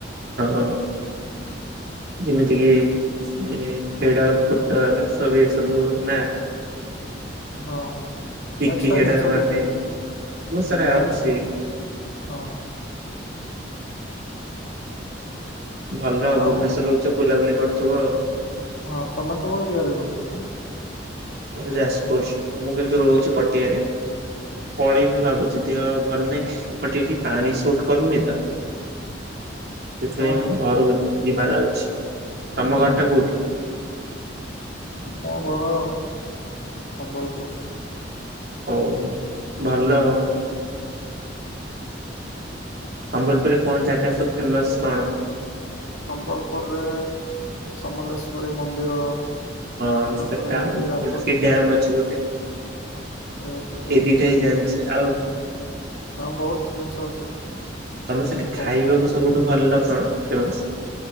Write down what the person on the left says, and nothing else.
ହଁ
ଏସଟ୍ରା
ଜିନିଷ
କିଛି
ମେୟାନପୁୁର।
ହଁ
ଆଉ
ହଁ ତମେ କୋଉ ଏରିଆରେ ରହୁଛ କି?
ହଁ ହଁ
ହଁ
ହଁ
ମୋ ଘର ସମ୍ବଲପୁର।
ସମ୍ବଲପୁର ରେ ସମଲେଶ୍ଵରୀ ମନ୍ଦିର
ତାପରେ
ହୀରାକୁଦ
ହୀରାକୁଦ
ଡ୍ୟାମ
ଆଉ ବୋହୁତ ଜିନିଷ ଅଛି।
ଓ